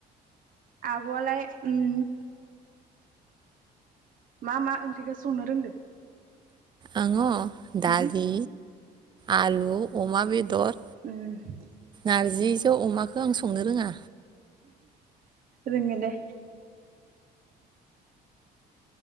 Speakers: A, on the right; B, on the right.
A: आब'आलाय उम मा मा ओंख्रिखौ संनो रोंदो?
B: आङो दालि
A: उम
B: आलु अमा बेदर
A: उं
B: नारजिजो अमाखौ आं संनो रोङा
A: रोंगोन दे